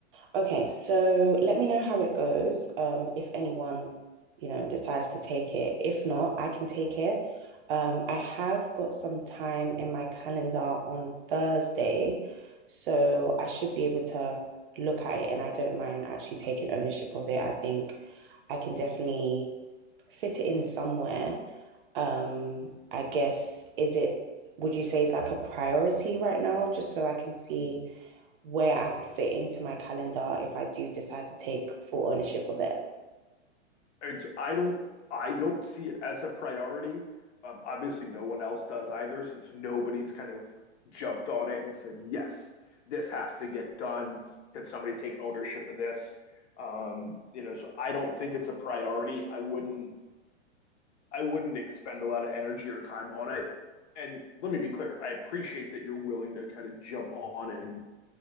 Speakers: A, on the right; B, on the left.
A: Okay, so let me know how it goes. Um, if anyone, you know, decides to take it. If not, I can take it. Um, I have got some time in my calendar on Thursday, so I should be able to look at it and I don't mind actually taking ownership of it. I think I can definitely fit it in somewhere. Um, I guess is it, would you say it's like a priority right now, just so I can see where I could fit into my calendar if I do decide to take full ownership of it.
B: it's I don't I don't see it as a priority. Um, obviously, no one else does either, since nobody's kind of jumped on it and said, "Yes, this has to get done." Can somebody take ownership of this? Um, you know, so I don't think it's a priority. I wouldn't I wouldn't expend a lot of energy or time on it. And let me be clear, I appreciate that you're willing to kind of jump on and